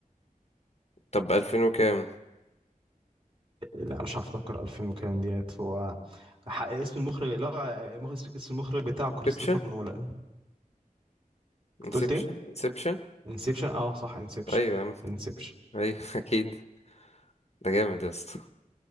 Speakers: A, on the left (about 45°); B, on the right (about 40°).
A: طب 2000 وكام
B: لا مش هفتكر 2000 وكام ديت هو ح- اسم المخرج اللي هو آه، مخ- اسم المخرج بتاعه
A: انسبشن
B: كريستوفر نولان أنت
A: انسبشن
B: قلت ايه
A: انسبشن
B: انسبشن اه صح انسبشن
A: ايوه يا عم.
B: انسبشن
A: ايوه <laughs> اكيد ده جامد يا اسطى